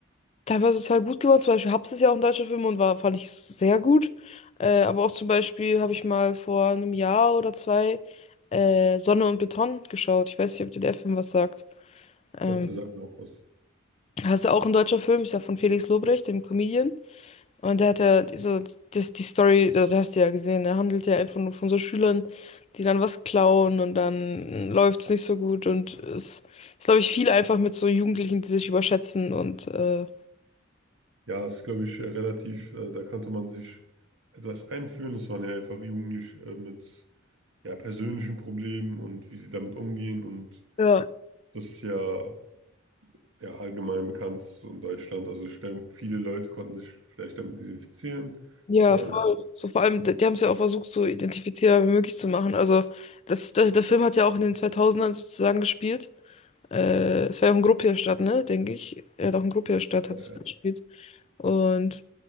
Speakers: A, on the left; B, on the right.
A: teilweise total gut geworden. Zum Beispiel Hubs ist ja auch ein deutscher Film und war, fand ich sehr gut. Äh, aber auch zum Beispiel habe ich mal vor einem Jahr oder zwei äh, Sonne und Beton geschaut. Ich weiß nicht, ob dir der Film was sagt. Ähm,
B: Doch, der sagt mir auch was.
A: das ist ja auch ein deutscher Film, ist ja von Felix Lobrecht, dem Comedian. Und der hat ja so das, die Story, da da hast du ja gesehen, der handelt ja einfach nur von so Schülern, die dann was klauen und dann läuft's nicht so gut. Und es ist, glaube ich, viel einfach mit so Jugendlichen, die sich überschätzen und äh,
B: Ja, es ist, glaube ich, äh, relativ, äh, da konnte man sich etwas einfühlen. Es waren ja einfach Jugendliche äh, mit ja, persönlichen Problemen und wie sie damit umgehen. Und
A: ja.
B: das ist ja, ja allgemein bekannt so in Deutschland. Also ich denke, viele Leute konnten sich vielleicht damit identifizieren.
A: Ja,
B: Vor
A: voll.
B: allem,
A: So vor allem, die haben es ja auch versucht, so identifizierbar wie möglich zu machen. Also, das, der, der Film hat ja auch in den zweitausendern sozusagen gespielt. Äh, es war ja auch in Gruppierstadt, ne, denke ich. Er hat auch in Gruppierstadt
B: ja,
A: hat es
B: ja.
A: gespielt. Und